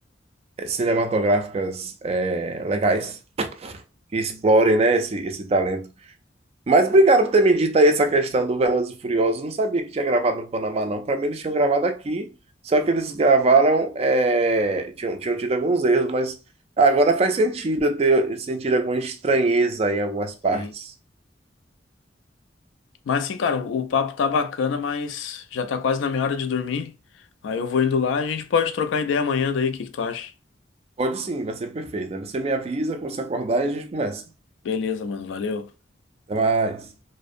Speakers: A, on the right; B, on the left.
A: eh, Cinematográficas eh, legais que explorem, né? Esse, esse talento. Mas obrigado por ter me dito aí essa questão do Velozes e Furiosos. Não sabia que tinha gravado no Panamá, não. Para mim, eles tinham gravado aqui, só que eles gravaram, eh, tinham, tinham tido alguns erros, mas agora faz sentido eu ter sentido alguma estranheza em algumas partes.
B: sim. Mas sim, cara, o, o papo tá bacana, mas já tá quase na minha hora de dormir. Aí eu vou indo lá, a gente pode trocar ideia amanhã daí, o que que tu acha?
A: Pode sim, vai ser perfeito. Aí você me avisa quando você acordar e a gente começa.
B: Beleza, mano, valeu.
A: Até mais.